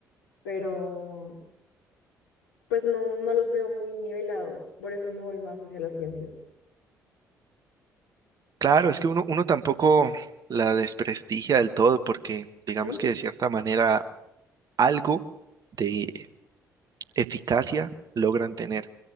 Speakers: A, on the left; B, on the right.
A: pero pues no, no los veo muy nivelados, por eso me voy más hacia las ciencias.
B: Claro, es que uno, uno tampoco la desprestigia del todo porque digamos
A: Ujú.
B: que de cierta manera algo de eficacia logran tener.